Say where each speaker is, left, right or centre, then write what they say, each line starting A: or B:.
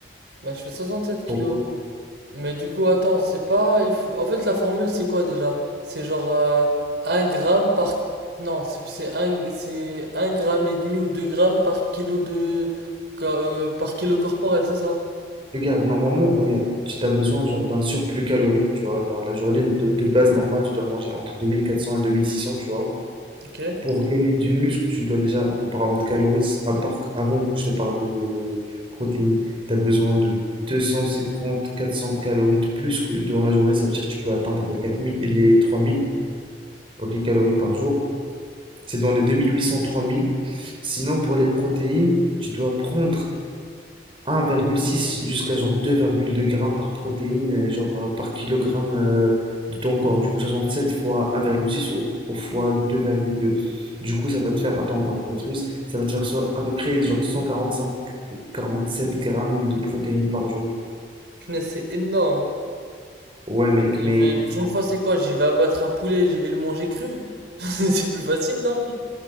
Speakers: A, on the right; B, on the right.
A: Bah, je fais 67
B: ton
A: kilos.
B: poids.
A: Mais du coup, attends, c'est pas. Il faut... En fait, la formule, c'est quoi déjà? C'est genre euh, 1 gramme par. Non, c'est c'est un c'est un gramme et demi ou 2 grammes par kilo de. co- euh, par kilo corporel, c'est ça?
B: Regarde, normalement, regarde, tu as besoin genre d'un surplus calorique, tu vois. Dans la journée de, de base normale, tu dois manger entre 2400 et 2600, tu vois.
A: Ok.
B: Pour gagner du muscle, tu dois déjà, en parlant de calories, à part, avant que je te parle de protéines, tu as besoin de 250-400 calories de plus que durant la journée. Ça veut dire que tu peux atteindre les 4000, les 3000 ok, calories par jour. C'est dans les 2800-3000. Sinon, pour les protéines, tu dois prendre 1,6 jusqu'à genre 2,2 grammes par protéine, euh, genre euh, par kilogramme euh, de ton corps. Du coup, 67 fois 1,6 ou, ou fois 2,2. Du coup, ça va te faire, attends, par l'utérus, ça va te faire soit à peu près genre 145, 47 grammes de protéines par jour.
A: Punaise, c'est énorme.
B: Ouais, mec,
A: Et
B: mais.
A: puis, la prochaine fois, c'est quoi? J'y vais abattre un poulet, j'y vais le manger cru. <laughs> C'est plus facile, non?